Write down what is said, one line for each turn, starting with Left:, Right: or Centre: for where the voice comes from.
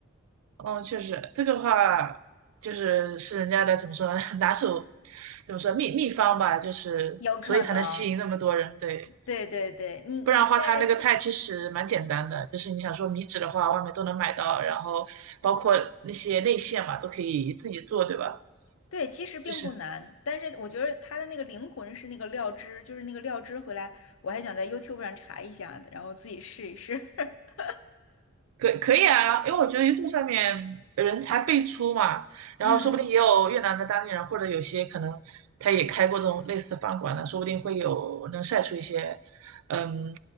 Right: 嗯，确实，这个话就是是人家的怎么说呢？<laughs> 拿手怎么说秘秘方吧，就是所以才能吸引那么多人。
Left: 有可能。
Right: 对，
Left: 对对对，你你在西，
Right: 不然的话，他那个菜其实蛮简单的，
Left: 嗯。
Right: 就是你想说米纸的话，外面都能买到，然后包括那些内馅嘛，都可以自己做，对吧？
Left: 对，其实并不难，
Right: 就是。
Left: 但是我觉得它的那个灵魂是那个料汁，就是那个料汁回来，我还想在 YouTube 上查一下，然后自己试一试。<laughs>
Right: 可可以啊，因为我觉得 YouTube 上面人才辈出嘛，然后说不定也有越南的当地人，
Left: 嗯，
Right: 或者有些可能他也开过这种类似饭馆的，说不定会有能晒出一些，嗯，